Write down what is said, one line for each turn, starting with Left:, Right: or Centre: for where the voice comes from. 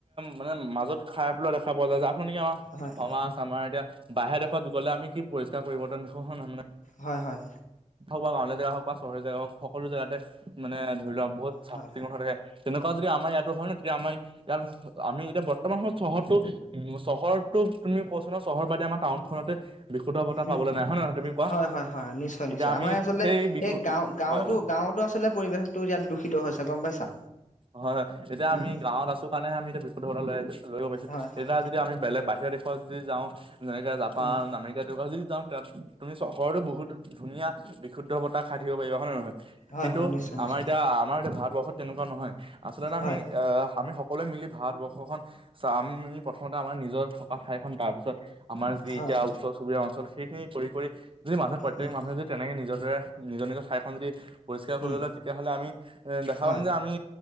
Right: মানে মাজত খাই পেলোৱা দেখা পোৱা যায় যাৰ ফ নেকি আমাৰ
Left: হয়
Right: সমাজ আমাৰ এতিয়া বাহিৰৰ দেশত গ'লে আমি কি পৰিষ্কাৰ পৰিৱৰ্তন দেখো হ নাৰানে
Left: হয় হয়
Right: হওক বা গাঁৱৰ জোগা হওক বা চহৰ জেগা হওক সকলো জেগাতে মানে ধৰি লোৱাক বহুত চাফ
Left: হয়
Right: চিকুণ হৈ থাকে তেনেকুৱা যদি আমাৰ ইয়াতো হয় ন তেতিয়া আমাৰ ইয়াৰ আমি এতিয়া বৰ্তমান সময়ত চহৰৰতটো উ চহৰৰতো তুমি কছ ন চহৰ বাদে আমাৰ টাউনখনতে বিশুদ্ধ বতা
Left: উম,
Right: পাবলৈ নাই হয় ন ন নহয় তুমি কোৱা
Left: হয়, হয়, হয়, নিশ্চয়
Right: এতিয়া
Left: নিশ্চয়
Right: আমি
Left: আমাৰ আচলতে
Right: সেই বিশু
Left: এই গাঁও গাঁৱতো
Right: হয় হয়
Left: গাঁৱতো আল পৰিৱেশতো ইয়াত দূষিত হৈছে গম পাইছা
Right: হয় হয় এতিয়া
Left: উম,
Right: আমি গাঁৱত আছো কাৰণে আমি এতিয়া বিশুদ্ধৱতা লৈ আহছো লৈব পাৰছো
Left: হয়, হয়,
Right: এতিয়া যদি আমি বেলেগ বাহিৰৰ দেশত যদি যাওঁ যেনেকৈ জাপান
Left: উম,
Right: আমেৰিকা তেুৱ যদি যাওঁ তাত তুমি চহৰতো বহুত ধুনীয়া বিশুদ্ধ বতাহ খাই থাকিব পাৰিবা হয় নে নহয়
Left: হয়,
Right: কিন্তু
Left: হয়, নিশ্চয়, নিশ্চয়,
Right: আমাৰ এতিয়া আমাৰ এতিয়া ভাল ভাৰবৰত তেনেকুৱা নহয় আচলতে
Left: হয়,
Right: আমি আহ আমি সকলোৱে মিলি ভাত ব খ চ আমি প্ৰথমতে আমাৰ নিজৰ থকা ঠাইখন তাৰপিছত আমাৰ যি
Left: হয়,
Right: এতিয়া ওচৰ চুবুৰীয়া অঞ্চল সেইখিনি কৰি যদি মানুহ প্ৰত্যেক
Left: উম,
Right: মানুহে যদি তেনেকে নিজৰ দৰে নিজৰ নিজৰ ঠাইখন যদি পৰিষ্কাৰ কৰিব
Left: উম,
Right: ললে তেতিয়াহ'লে আমি দেখা
Left: হয়,
Right: পাম যে আমি